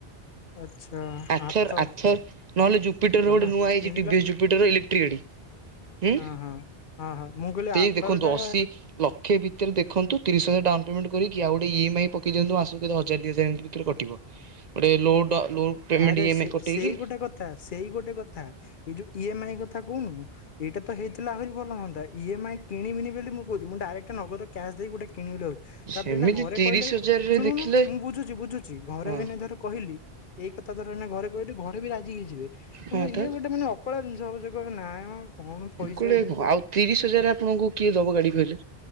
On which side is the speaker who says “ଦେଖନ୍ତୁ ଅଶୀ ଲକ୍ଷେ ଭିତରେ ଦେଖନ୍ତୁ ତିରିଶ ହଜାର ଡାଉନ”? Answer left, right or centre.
Right